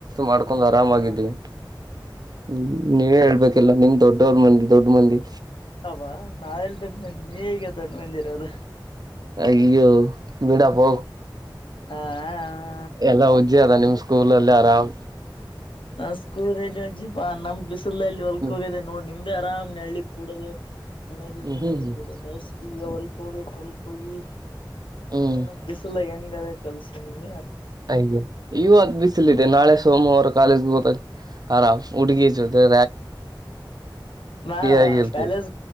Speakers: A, on the right; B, on the left.
A: ಮಾಡ್ಕೊಂಡ್ ಆರಾಮಾಗಿದೀವಿ
B: ಹಾ
A: ಹ್ಮ ನೀವೇ ಹೇಳ್ಬೇಕು ಾ ನಿಮ್ ದೊಡ್ಡವ್ರ ಮಂದಿ ದೊಡ್ಡ ಮಂದಿ
B: ಅವಾ ನಾವೆಲ್ಲಿ ದೊಡ್ ಮಂದಿ ನೀ ಈಗ ದೊಡ್ಡ ಮಂದಿ ಬೆದ
A: ಹಾಗೋ ಬಿಡಾಪೌ
B: ಹಾ
A: ಎಲ್ಲಾ ಉಜ್ಜಿ ಅದ ನಿಮ್ ಸ್ಕೂಲಲ್ಲ ಆರಾಮ
B: ನಾ ಸ್ಕೂ ಅಜ್ಜಿಪಾ ನಮ್ ಬಿಸಿಲಲ್ಲಿ ಹೊಲ್ಕ್
A: ಹ್ಮ್
B: ಹೋಗಿದೆ ನೋಡ್ ನಿಮ್ದ ಆರಾಮ್ ಅಲ್ಲಿ ಕೂಡದು ಹಣದು ತಿೆನ್ನಾಗ
A: ಹ್ಮ್ ಹ್ಮ್ ಹ್ಮ್
B: ಕೂಡ ನವು ಗವಲ್ಕೋವಿ ಕಲ್ಕವಿ ಹ
A: ಹ್ಮ್
B: ನಮ ಬಿಸಲ ಹೆಂಗ್ ಹ್ರ ಕೆಲ್ಸ ನೀವ
A: ಹಾಗೆ ಇವು ಅದ್ ಬಿಸಿಲಿದೆ ನಾಳೆ ಸೋಮವಾರ ಕಾಲೇಜ್ಗೆ ಹ ಆರ ಹುಡುಗಿ ರ
B: ನ
A: ಆಗಿರ್ತಿವಿ
B: ಕಾಲೇಜ